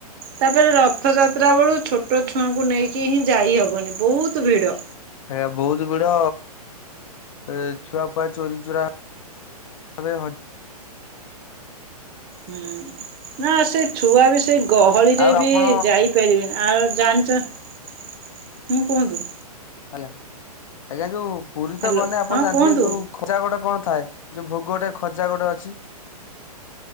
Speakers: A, on the right (about 35°); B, on the left (about 55°).
A: ତାପରେ ରଥଯାତ୍ରା ବେଳୁ ଛୋଟ ଛୁଆଙ୍କୁ ନେଇକି ହିଁ ଯାଇହବନି ବହୁତ ଭିଡ଼।
B: ହେରା ବହୁତ ଭିଡ଼, ଛୁଆଫୁଆ ଚୋରି ଚୁରା ଏବେ ହ
A: ହୁଁ ନା ସେ ଛୁଆ ବି ସେଇ ଗହଳିରେ
B: ଆଉ
A: ବି
B: ଆପଣ
A: ଯାଇପାରିବେନି ଆଉ ଜାଣି ହୁଁ କୁହନ୍ତୁ?
B: ଆଜ୍ଞା ଆଜ୍ଞା ଯୋଉ ପୁରୀ ତ
A: ହ୍ୟାଲୋ
B: ଗଲେ ଆପଣ
A: ହଁ
B: ଜାଣିଥିବେ
A: କୁହନ୍ତୁ
B: ଯୋଉ ଖଜା ଗୋଟେ କଣ ଥାଏ ଯୋଉ ଭୋଗ ଗୋଟେ ଖଜା ଗୋଟେ ଅଛି।